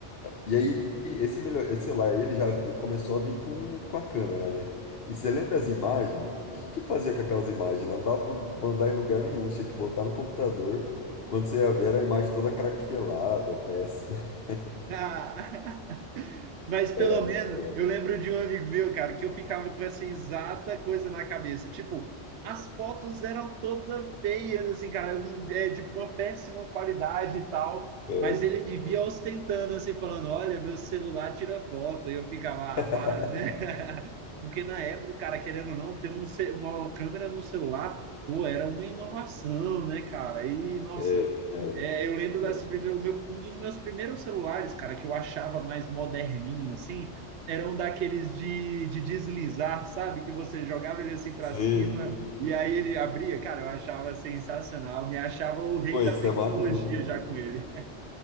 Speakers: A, on the left; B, on the right.
A: E aí, esse, melhor... esse celular aí, ele já ve- começou a vir com, com a câmera, né? E você lembra as imagens? O que que fazia com aquelas imagens? Não dá pra mandar em lugar nenhum, você tinha que botar no computador. Quando você ia ver, era a imagem toda craquelada, péssima. <laughs>
B: <laughs> Mas pelo
A: Era muito
B: menos
A: top,
B: eu lembro de um amigo meu, cara, que eu ficava com essa exata coisa na cabeça. Tipo, as fotos eram todas feias, assim, cara, um- é, de uma péssima qualidade e tal.
A: péssimo.
B: Mas ele vivia ostentando, assim, falando: Olha, meu celular tira foto. E eu ficava,
A: <laughs>
B: ah, para, né? <laughs> Porque na época, cara, querendo ou não, ter um ce- uma câmera no celular, pô, era uma inovação, né, cara? E, nossa.
A: É, era,
B: É, eu lembro das
A: era.
B: primeiras, o meu- um dos meus primeiros celulares, cara, que eu achava mais moderninho, assim, eram daqueles de, de deslizar, sabe? Que você jogava ele assim pra
A: Sim,
B: cima Uhum. e aí ele abria. Cara, eu achava sensacional, me achava o rei
A: pô,
B: da
A: isso
B: tecnologia
A: é maneiro, hein?
B: já com ele.